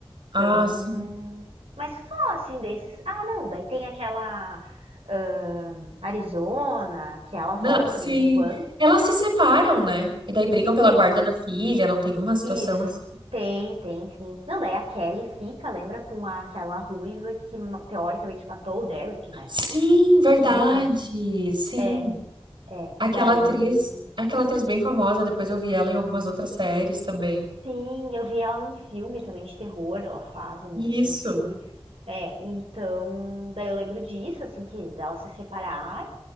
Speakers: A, on the right; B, on the right.
A: Então.
B: Ah, sim.
A: Mas só assim desses. Ah, não, daí tem aquela. ahn, Arizona, que ela volta
B: Não, sim.
A: de vez em quando.
B: Elas se separam, né? E daí brigam pela
A: Tem,
B: guarda da filha, não tem uma situação
A: isso.
B: assim.
A: Tem, tem, sim. Não, daí a Kelly fica, lembra com a- aquela ruiva que ma- teoricamente matou o Derek, né?
B: Sim, verdade.
A: Lembra?
B: Sim.
A: É, é.
B: Aquela
A: Daí.
B: atriz, aquela atriz bem famosa, depois eu vi ela em algumas outras séries também.
A: Sim, eu vi ela num filme também de terror, ela faz um,
B: Isso.
A: um filme. É, então, daí eu lembro disso, assim, que dela se separar.